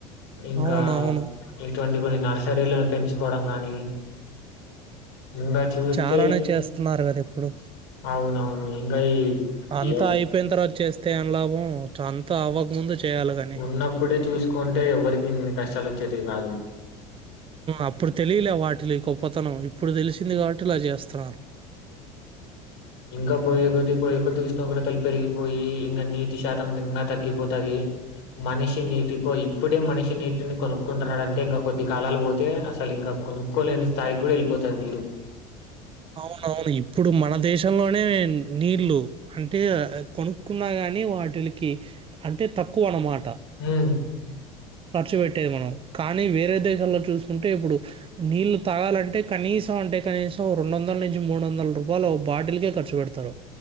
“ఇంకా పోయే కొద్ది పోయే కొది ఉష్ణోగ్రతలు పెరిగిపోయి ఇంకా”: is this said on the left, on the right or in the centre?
Left